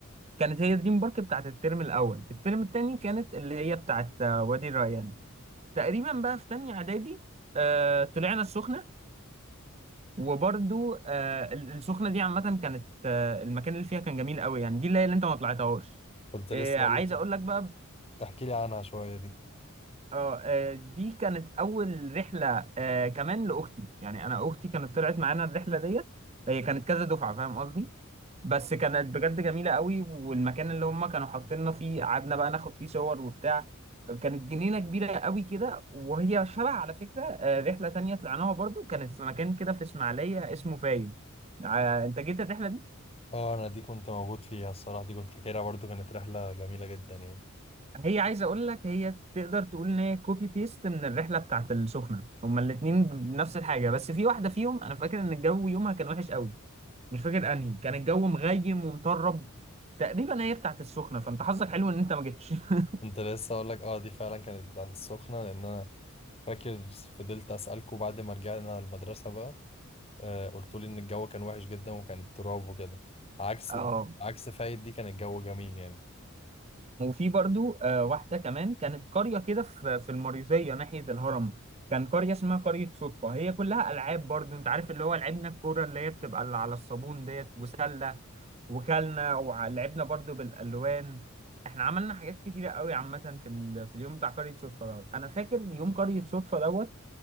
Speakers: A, on the right; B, on the left.
A: كانت هي دريم بارك بتاعت الترم الاول الترم الثاني كانت اللي هي بتاعت آه، وادي الريان تقريبا بقى في تانية اعدادي آه طلعنا السخنه وبرضو آه، السخنه دي عامه كانت آه، المكان اللي فيها كان جميل قوي يعني دي اللي هي اللي انت ما طلعتهاش
B: كنت لسه
A: آه، عايز
B: أقول لك
A: اقول لك بقى
B: احكي لي عنها شوية دي
A: اه آه، دي كانت اول رحله آه، كمان لاختي يعني انا اختي كانت طلعت معانا الرحله ديت هي كانت كذا دفعه فاهم قصدي بس كانت بجد جميلة قوي والمكان اللي هم كانوا حاطيننا فيه قعدنا بقى ناخد فيه صور وبتاع كانت جنينة كبيرة قوي كده وهي شبه على فكرة آه، رحلة تانية طلعناها برضو كانت في مكان كده في اسماعيلية اسمه فايد آه، انت جيت الرحلة دي
B: اه انا دي كنت موجود فيها الصراحه دي كنت فاكرها برضو كانت رحله جميله جدا يعني
A: هي عايز اقول لك هي تقدر تقول ان هي كوبي بيست من الرحلة بتاعت السخنة هما الاتنين نفس الحاجة بس في واحدة فيهم انا فاكر ان الجو يومها كان وحش قوي مش فاكر انهي كان الجو مغيم ومطرب تقريبا هي بتاعت السخنة فانت حظك حلو ان انت ما جيتش <laughs>
B: كنت لسه اقول لك اه دي فعلا كانت بتاعت السخنه لان انا فاكر فضلت اسالكوا بعد ما رجعنا المدرسه بقى آه قلت لي ان الجو كان وحش جدا وكان التراب وكده عكس
A: اه
B: عكس فايد دي كان الجو جميل يعني
A: وفي برضو آه، واحدة كمان كانت قرية كده في في المريوزية ناحية الهرم كان قرية اسمها قرية صدفة هي كلها ألعاب برضو انت عارف اللي هو لعبنا الكورة اللي هي بتبقى اللي على الصابون ديت وسلة وكلنا ولعبنا برضو بالألوان احنا عملنا حاجات كتيرة قوي عامة في ال... في اليوم بتاع قرية صدفة دوت انا فاكر يوم قرية صدفة دوت